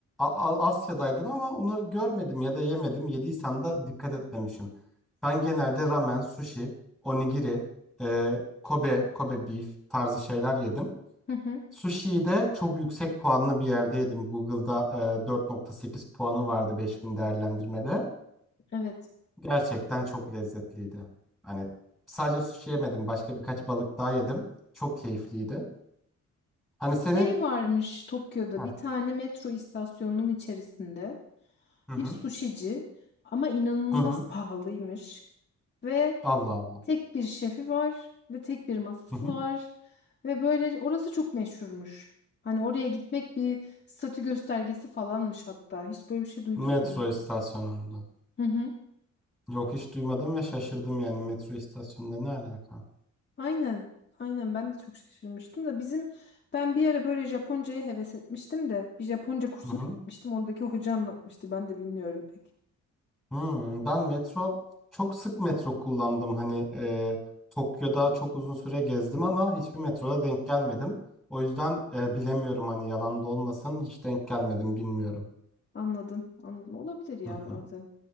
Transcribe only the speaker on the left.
Hı hı.
Evet.
Şey varmış Tokyo'da
bir tane metro istasyonunun içerisinde
bir suşici ama inanılmaz
pahalıymış. Ve
Tek bir şefi var ve tek bir masası
var ve böyle orası çok meşhurmuş. Hani oraya gitmek bir statü göstergesi falanmış hatta. Hiç böyle bir şey duydun
mu?
Hı hı.
Aynen. Aynen ben de çok şaşırmıştım da bizim ben bir ara böyle Japonca'ya heves etmiştim de bir Japonca kursuna
gitmiştim. Oradaki hoca anlatmıştı. Ben de bilmiyorum pek.
Anladım. Anladım. Olabilir ya
bazen.